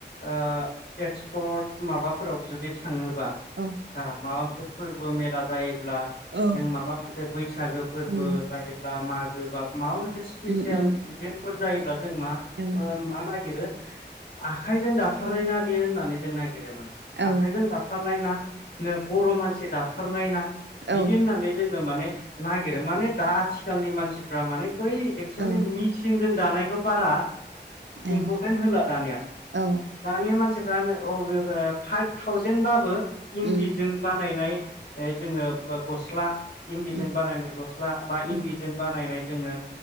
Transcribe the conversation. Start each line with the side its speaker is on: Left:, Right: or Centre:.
Left: ओ एक्स पट माबाफोराव जुदि थाङो बा
Right: औ
Left: आ माबा मोनसे फोर बो मेला जायो ब्ला
Right: औ
Left: जों माबा मोनसे बैसागो फोरबो
Right: उम
Left: जायोब्ला मा गो बा माबा मोनसे स्पेसियेल
Right: उम उम
Left: इभेन्ट फोर जायोब्ला जों मा
Right: औ
Left: ओ मा नागिरो आखाइजों दाथारनाय ना बेयो होननानै जोंनाय <unintelligible>
Right: औ
Left: आखाइजों दाथारनाय ना नो बर' मानसि दा थारनाय ना बिदि
Right: औ
Left: होननानै जोङो माने नागिरो माने दा आथिखालनि मानसिफ्रा माने बै एक्सले
Right: औ
Left: मिसिं जों दानायखौ बारा इमपर्टेन्ट
Right: औ
Left: होला दानिया
Right: औ
Left: दानिया मानसि फ्रानो औ <unintelligible> फाइभ थावजेेनबाबो इन्दिजों
Right: उम
Left: बानायनाय ओइ जोङो बो गस्ला इन्दिजों
Right: उम
Left: बानायनाय गस्ला बा इन्दिजों
Right: उम
Left: बानायनाय जोङो